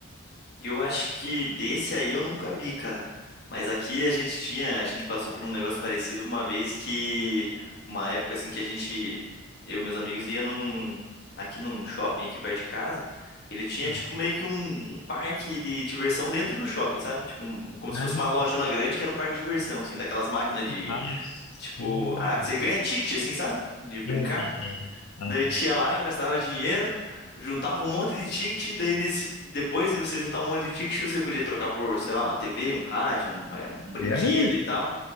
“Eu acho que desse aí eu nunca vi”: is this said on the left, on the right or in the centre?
Left